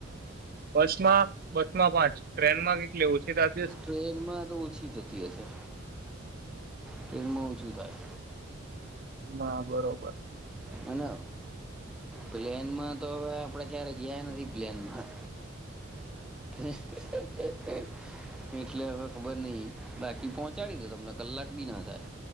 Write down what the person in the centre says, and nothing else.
ટ્રેનમાં તો ઓછી જતી હશે ટ્રેનમા ઓછુ થાય.
અને પ્લેનમાં તો હવે આપડે ક્યારે <unintelligible> પ્લેનમાં <inaudible> એટલે હવે ખબર નહિ બાકી પહોંચાડી દે તમને કલાક ભી ના થાય